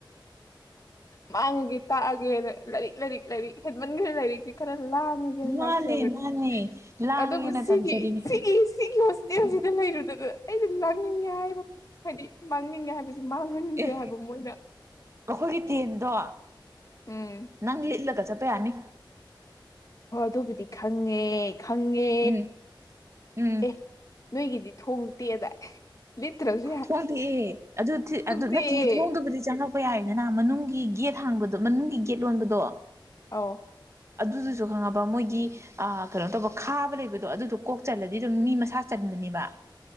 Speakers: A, on the left; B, on the right.
A: ꯃꯥꯡꯉꯒꯦ ꯇꯥꯛꯑꯒꯦ ꯂꯥꯏꯔꯤꯛ ꯂꯥꯏꯔꯤꯛ ꯂꯥꯏꯔꯤꯛ ꯍꯦꯟꯃꯟꯈ꯭ꯔꯦ ꯂꯥꯏꯛꯁꯤ ꯈꯔ ꯂꯥꯝ
B: ꯃꯥꯅꯦ
A: ꯂꯥꯛꯆꯕꯅꯤ
B: ꯃꯥꯅꯦ ꯂꯥꯡꯉꯦꯅ
A: ꯑꯗꯕꯨ ꯁꯤꯒꯤ
B: ꯇꯝꯖꯔꯤꯅꯤ
A: ꯁꯤ ꯁꯤ ꯍꯇꯦꯜꯁꯤꯗ ꯂꯩꯔꯨꯗꯗ ꯑꯩꯗꯤ ꯃꯥꯡꯅꯤꯡꯉꯦ ꯍꯥꯏꯕ ꯍꯥꯏꯗꯤ ꯃꯥꯡꯅꯤꯡꯉꯦ ꯍꯥꯏꯕꯁꯤ ꯃꯥꯡꯍꯟꯗ꯭ꯔꯦ
B: ꯑꯦ
A: ꯍꯥꯏꯕ ꯃꯣꯏꯅ
B: ꯑꯩꯈꯣꯏꯒꯤ ꯇꯦꯟꯗꯣ
A: ꯎꯝ
B: ꯅꯪ ꯂꯤꯠꯂꯒ ꯆꯠꯄ ꯌꯥꯅꯤ
A: ꯍ ꯑꯗꯨꯕꯨꯗꯤ ꯈꯪꯉꯦ ꯈꯪꯉꯦ
B: ꯎꯝ ꯎꯝ
A: ꯑꯦ ꯅꯣꯏꯒꯤꯗꯤ ꯊꯣꯡꯇꯦ ꯑꯗꯥꯏ ꯂꯤꯇ꯭ꯔꯁꯨ
B: ꯊꯣꯡꯗꯦꯑꯦ ꯑꯗꯨ ꯑꯗꯨ
A: ꯇꯦꯛꯑꯦ
B: ꯅꯠꯇꯦ ꯊꯣꯡꯗꯕꯨꯗꯤ ꯆꯪꯉꯛ ꯄ ꯌꯥꯏꯗꯅ ꯃꯅꯨꯡꯒꯤ ꯒꯦꯠ ꯍꯥꯡꯕꯗꯣ ꯃꯅꯨꯡꯒꯤ ꯒꯦꯠ ꯂꯣꯟꯕꯗꯣ
A: ꯑꯧ
B: ꯑꯗꯨꯗꯨꯁꯨ ꯈꯪꯉꯕ ꯃꯣꯏꯒꯤ ꯑ ꯀꯩꯅꯣ ꯇꯧꯕ ꯈꯥꯕ ꯂꯩꯕꯗꯣ ꯑꯗꯨꯗꯣ ꯀꯣꯛ ꯆꯜꯂꯗꯤ ꯑꯗꯨꯝ ꯃꯤ ꯃꯁꯥ ꯆꯟꯕꯅꯦꯕ